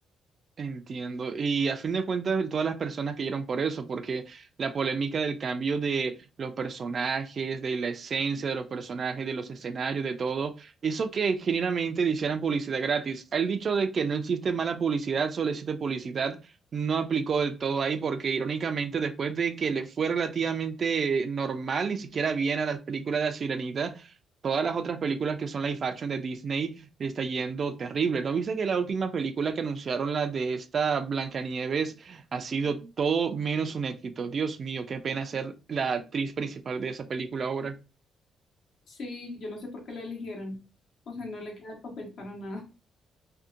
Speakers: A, on the right (about 45°); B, on the left (about 65°).
A: Entiendo. Y a fin de cuentas, todas las personas que cayeron por eso, porque la polémica del cambio de los personajes, de la esencia de los personajes, de los escenarios, de todo, eso que genuinamente le hicieran publicidad gratis. El dicho de que no existe mala publicidad, solo existe publicidad, no aplicó del todo ahí, porque irónicamente, después de que le fue relativamente normal, ni siquiera bien a las películas de La Sirenita, todas las otras películas que son live action de Disney le está yendo terrible. ¿No viste que la última película que anunciaron, la de esta Blancanieves, ha sido todo menos un éxito? Dios mío, qué pena ser la actriz principal de esa película ahora.
B: Sí, yo no sé por qué la eligieron, o sea, no le queda el papel para nada.